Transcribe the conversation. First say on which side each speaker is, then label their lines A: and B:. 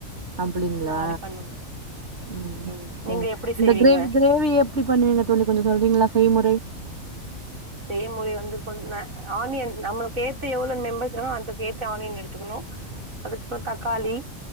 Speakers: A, on the right (about 55°); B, on the right (about 75°).
A: அப்டிங்களா
B: இந்த மாரி பண்ணுவோ
A: உம்
B: ம்
A: சேர்
B: நீங்க எப்டி
A: இந்த
B: செய்வீங்க
A: கிரேவி கிரேவி எப் எப்டி பண்ணுவீங்க தோழி கொஞ்சோ சொல்றீங்ளா செய்முறை
B: செய்முறை வந்து கொஞ் அ ஆனியன் நம்மளுக்கு ஏத்த எவ்ளவு மெம்பர்ஸ் வரு அதுக்கேத்த ஆனியன் எடுத்துக்கணு அதுக்கப்புறோ தக்காளி